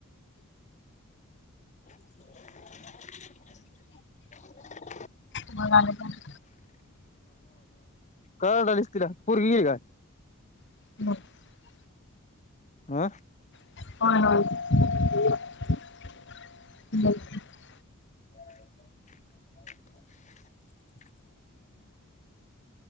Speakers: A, on the left; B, on the left.
A: <unintelligible>
B: मग आणि काय
A: का ओरढलीस तिला पोरगी आहे का
B: <unintelligible>
A: आ
B: <unintelligible>
A: <unintelligible>